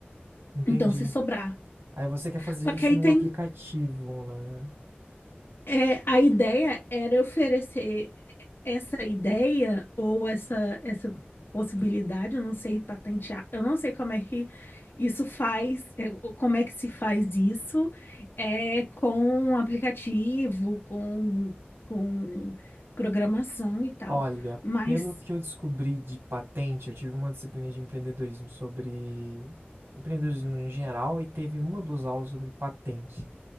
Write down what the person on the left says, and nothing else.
Então, se sobrar.
Só que
aí
tem
É, a ideia era oferecer essa ideia ou essa, essa possibilidade, eu não sei patentear, eu não sei como é que isso faz, é, como é que se faz isso, é, com um aplicativo, com, com programação e tal.
Mas,